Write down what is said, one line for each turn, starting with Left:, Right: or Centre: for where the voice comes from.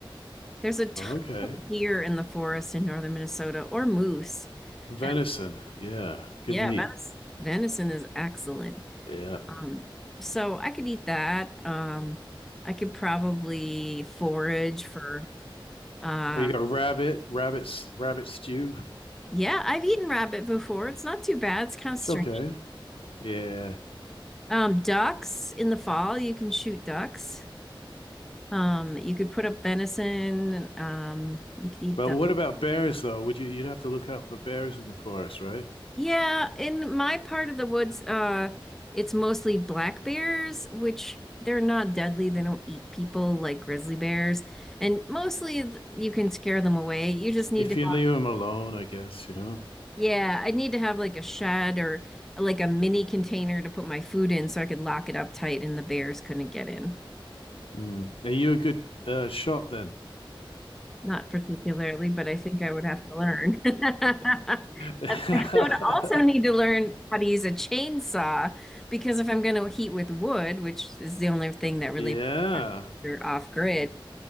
Centre: There's a ton
Left: Okay.
Centre: of deer in the forest in northern Minnesota, or moose,
Left: Venison.
Centre: and
Left: Yeah, good
Centre: yeah,
Left: meat.
Centre: venis- venison is excellent.
Left: Yeah.
Centre: Um, so I could eat that. Um, I could probably forage for. Uh,
Left: Well, you got rabbit, rabbits, rabbit stew.
Centre: yeah, I've eaten rabbit before. It's not too bad. It's kind of
Left: It's
Centre: strange.
Left: okay. Yeah.
Centre: Um, ducks in the fall, you can shoot ducks. Um, you could put up venison. Um, you could eat
Left: But
Centre: duck.
Left: what about bears though? Would you you'd have to look out for bears in the forest, right?
Centre: Yeah, in my part of the woods, uh, it's mostly black bears, which they're not deadly. They don't eat people like grizzly bears, and mostly th- you can scare them away. You just need
Left: If
Centre: to
Left: you
Centre: have,
Left: leave them alone, I guess, you know.
Centre: yeah, I need to have like a shed or like a mini container to put my food in so I could lock it up tight and the bears couldn't get in.
Left: Mm. Are you a good uh, shot then?
Centre: Not particularly, but I think I would have to learn. <laughs> I
Left: <laughs>
Centre: would also need to learn how to use a chainsaw because if I'm going to heat with wood, which is the only thing that really
Left: Yeah.
Centre: you're off grid,
Left: Mm.